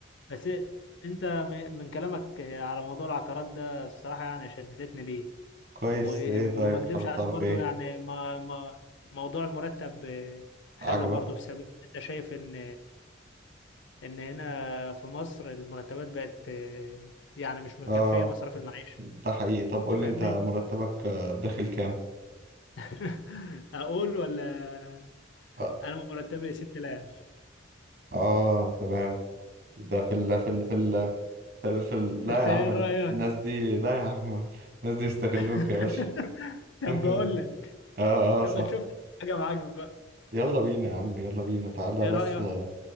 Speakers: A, on the left; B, on the right.
A: بس انت م- من كلامك على موضوع العقارات ده الصراحه يعني شدتني ليه
B: كويس
A: و-
B: ايه
A: وما
B: طيب
A: اكدبش
B: حابب
A: عليك
B: تعرف
A: برضو
B: ايه
A: يعني ما ما موضوع المرتب آه، حلو
B: عجبك
A: برضو في سبيل انت شايف ان ان هنا في مصر المرتبات بقت آه، يعني مش مكفيه
B: اه
A: مصاريف المعيشه
B: ده حقيقي طب قول
A: أنت
B: لي
A: فاهمني
B: انت مرتبك آه، داخل كام
A: <laughs> اقول ولا
B: اه,
A: انا مرتبي 6000
B: آه تمام ده في ال في ال في ال ف- ف- لا
A: انت
B: يا عم
A: ايه
B: ال-
A: رايك
B: الناس دي لا يا عم الناس دي يستغلوك
A: <laughs>
B: يا باشا <laughs>
A: طب بقول لك
B: اه اه
A: لما
B: صح
A: تشوف لي حاجه معاك بقى
B: يلا بينا يا عم يلا بينا تعالى
A: ايه
B: بس
A: رايك
B: آه،